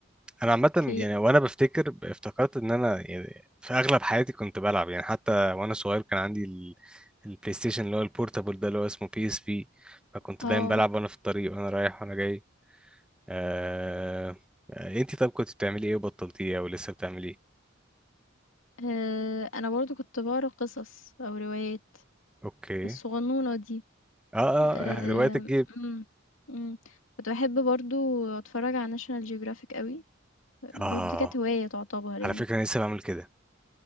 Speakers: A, in the centre; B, on the left (about 80°).
A: انا عامه
B: أوكي،
A: يعني وانا بفتكر ب- افتكرت ان انا يعني في اغلب حياتي كنت بلعب يعني حتى وانا صغير كان عندي ال... البلاي ستيشن اللي هو البورتابل ده اللي هو اسمه بي اس بي فكنت
B: آه،
A: دايما بلعب وانا في الطريق وانا رايح وانا جاي آه... آه، انتي طب كنت بتعملي ايه وبطلتيه او لسه بتعملي ايه
B: آآ أنا برضه كنت باقرا قصص أو روايات
A: اوكي
B: الصغنونة دي.
A: اه
B: آه،
A: اه هوايات الجيب
B: مم، مم. كنت بحب برضو اتفرج على ناشونال جيوغرافيك قوي برضو
A: اه
B: دي كانت هواية تعتبر يعني
A: على فكره انا لسه بعمل كده